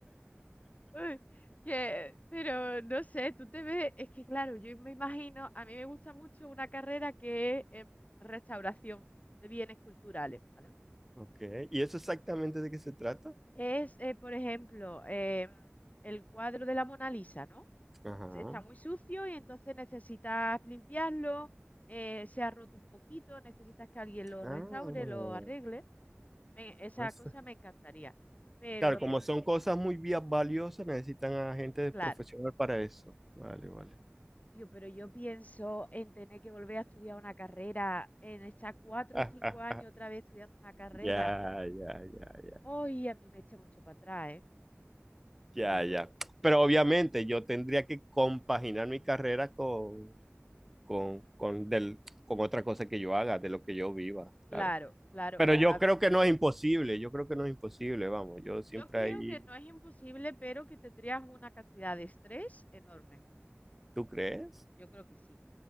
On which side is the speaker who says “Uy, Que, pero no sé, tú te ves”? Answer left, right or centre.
Left